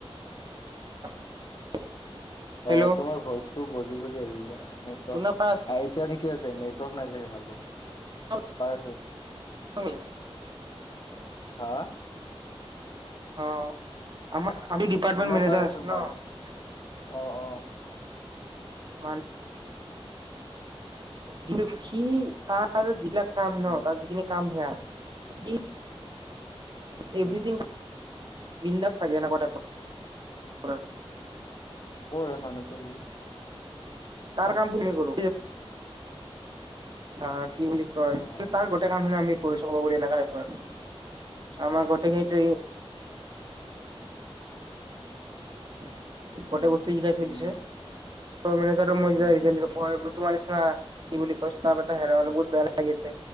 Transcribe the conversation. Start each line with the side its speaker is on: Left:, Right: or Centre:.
Right: <unintelligible> হেল্ল'
Left: অ'! তোমাৰ ভইচটো বজি, বজি আহি আছে মানে। <unintelligible>
Right: শুনা পাই আছা
Left: ঠিক আছে। নেটৱৰ্ক নাই চাগে ভালকে।
Right: ন
Left: পাই আছোঁ।
Right: <unintelligible>
Left: হা
Right: অ'! আমাৰ আমি ডিপাৰ্টমেণ্ট
Left: শুনা
Right: মেনেজাৰ
Left: পাই আছো
Right: আছোঁ ন'।
Left: মাজে অ অ
Right: ম কিন্তু সি, তাৰ যিবিলাক কাম
Left: উম
Right: ন'! তাৰ যিখিনি কাম হয় আ এই এভ্ৰিথিং
Left: উম
Right: বিন্দাছ থাকে, এনেকুৱা টাইপৰ।
Left: ক'ৰ এ মানুহটো সি?
Right: তাৰ কাম <unintelligible> হয়। কিন্তু
Left: অ
Right: তাৰ গোটেই কামখিনি আমি কৰিছোঁ বুলি এনেকুৱা দেখুৱাই। আমাৰ গোটেইখিনিতো <unintelligible> গটেই
Left: উম
Right: বস্তু সি খাই থৈ
Left: উম
Right: দিছে।
Left: উম
Right: ষ্টৰ মেনেজাৰো
Left: উম
Right: তোমাৰ নিচিনা, কি বুলি কয়! স্টাফ এটা হেৰুৱাটো বহুত বেয়া লাগিছে।